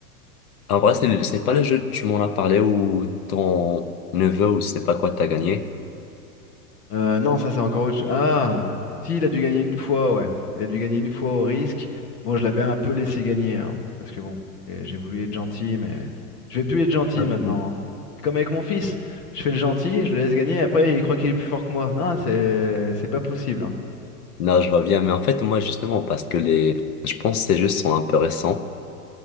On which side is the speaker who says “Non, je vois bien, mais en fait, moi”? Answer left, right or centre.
Left